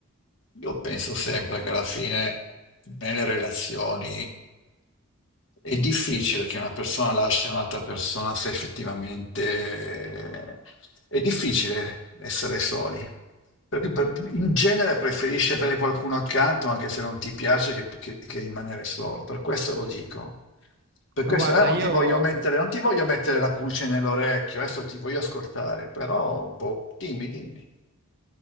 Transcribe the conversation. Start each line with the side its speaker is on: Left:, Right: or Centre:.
Left: io penso sempre che alla fine nelle relazioni è difficile che una persona lasci un'altra persona se effettivamente è difficile essere soli. Perché per- in genere preferisci avere qualcuno accanto anche se non ti piace che, che- che rimanere solo. Per questo lo dico. Per
Right: Ma
Left: questo
Right: guarda,
Left: eh, non
Right: io,
Left: ti voglio mettere, non ti voglio mettere la pulce nell'orecchio, adesso ti voglio ascoltare, però boh, dimmi, dimmi.